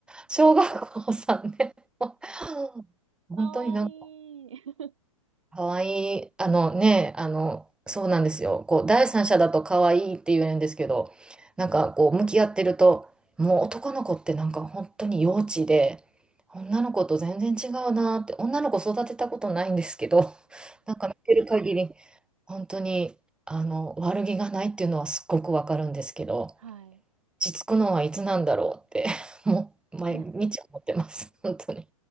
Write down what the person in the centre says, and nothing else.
小学校さんね、<laughs> 本当になんか
可愛い、あのね、あの、そうなんですよ。こう、第三者だと可愛いって言えるんですけど、なんかこう、向き合ってると、もう男の子ってなんか本当に幼稚で、女の子と全然違うなって、女の子育てたことないんですけど、<laughs> なんか見てる限り、本当に、あの、悪気がないっていうのはすっごくわかるんですけど、
落ち着くのはいつなんだろうって、<laughs> もう毎日思ってます、
本当に。